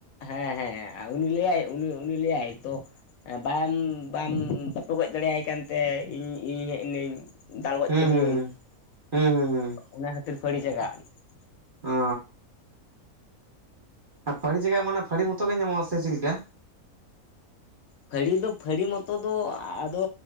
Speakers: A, on the left; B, on the right.
A: ᱦᱮᱸ ᱦᱮᱸ ᱩᱱᱤ ᱞᱟᱹᱭᱟᱭ ᱩᱱᱤ ᱩᱱᱤ ᱞᱟᱹᱭᱟᱭ ᱛᱚ ᱾ ᱵᱟᱢ ᱵᱟᱢ ᱵᱟᱯᱮ ᱜᱚᱡ ᱫᱟᱲᱮᱭᱟᱭ ᱠᱟᱱᱛᱮ ᱤᱧ ᱤᱧ ᱦᱮᱡ ᱮᱱᱟᱹᱧ ᱾ ᱫᱟᱞ ᱜᱚᱡ
B: ᱦᱩᱸ
A: ᱠᱟᱫᱮᱭᱟᱹᱧ
B: ᱦᱩᱸ ᱦᱩᱸ ᱦᱩᱸ
A: ᱚᱱᱟ ᱠᱷᱟᱹᱛᱤᱨ ᱯᱷᱟᱹᱲᱤ ᱪᱟᱜᱟᱜ ᱾
B: ᱚᱸ ᱾ ᱟ ᱯᱷᱟᱹᱲᱤ ᱪᱮᱠᱟ ᱢᱟᱱᱮ ᱯᱷᱟᱹᱲᱤ ᱢᱚᱛᱚ ᱜᱮ ᱧᱟᱢᱚᱜ-ᱟ ᱥᱮ ᱪᱮᱫᱞᱮᱠᱟ?
A: ᱯᱷᱟᱹᱲᱤ ᱫᱚ ᱯᱷᱟᱹᱲᱤ ᱢᱚᱛᱚ ᱫᱚ ᱟᱫᱚ